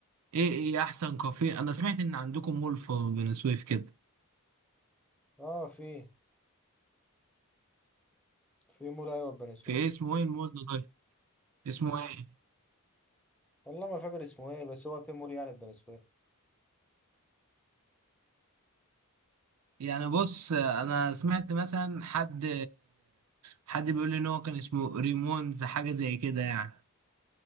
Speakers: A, on the right; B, in the centre.
A: ايه ايه احسن كافيه انا سمعت ان عندكم مول في بني سويف كده
B: اه في في مول ايوه في بني سويف
A: في ايه اسمه ايه المول ده طيب اسمه ايه
B: والله ما فاكر اسمه ايه بس هو في مول يعني في بني سويف
A: يعني بص انا سمعت مثلا حد حد بيقول لي ان هو كان اسمه ريمونز حاجه زي كده يعني